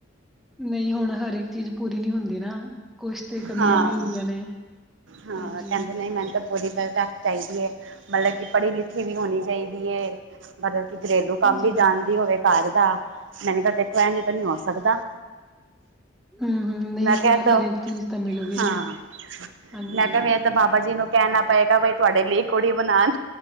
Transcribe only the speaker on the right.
ਹਾਂ
ਹਾਂ
ਕਹਿੰਦੇ ਨਹੀਂ ਮੈਂਨੂ ਤਾਂ ਪੂਰੀ ਪਰਫੈਕਟ ਚਾਹੀਦੀ ਹੈ ਮਤਲਬ ਕਿ ਪੜ੍ਹੀ ਲਿਖੀ ਵੀ ਹੋਣੀ ਚਾਹੀਦੀ ਏ ਮਤਲਬ ਕਿ ਘਰੇਲੂ ਕੰਮ
ਵੀ ਜਾਣਦੀ ਹੋਵੇ ਘਰ ਦਾ ਮੈਨੇ ਕਿਆ ਦੇਖੋ ਐਜਂ ਤਾਂ ਨੀ ਹੋ ਸਕਦਾ
ਮੈਂ
ਕਿਹਾ
ਤੋਂ
ਹਾਂ
ਮੈਂ ਕਿਹਾ ਬਾਬਾ ਜੀ ਨੂੰ ਕਹਿਣਾ ਪਏਗਾ ਬਈ ਤੁਹਾਡੇ ਲਈ ਕੁੜੀ ਬਣਾਣ